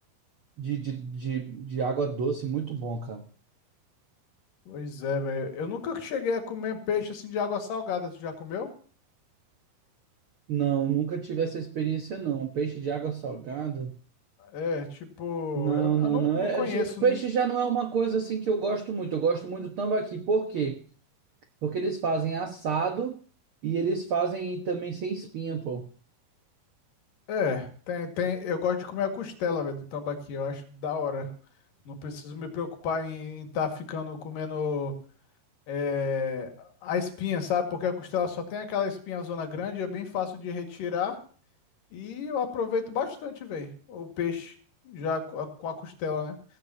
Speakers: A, on the right; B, on the left.
A: de, de, de, de água doce muito bom, cara.
B: Pois é, velho. Eu nunca cheguei a comer peixe assim de água salgada. Tu já comeu?
A: Não, nunca tive essa experiência, não. Um Peixe de água salgada?
B: É, tipo,
A: Não,
B: eu, eu
A: não,
B: não,
A: não.
B: não
A: É-
B: conheço.
A: é- peixe já não é uma coisa assim que eu gosto muito. Eu gosto muito do tambaqui. Por quê? Porque eles fazem assado e eles fazem também sem espinha, pô.
B: É, tem, tem, eu gosto de comer a costela, velho, do tambaqui, eu acho da hora. Não preciso me preocupar em estar ficando comendo é, a espinha, sabe? Porque a costela só tem aquela espinha zona grande, é bem fácil de retirar e eu aproveito bastante, velho, o peixe já com a, com a costela, né?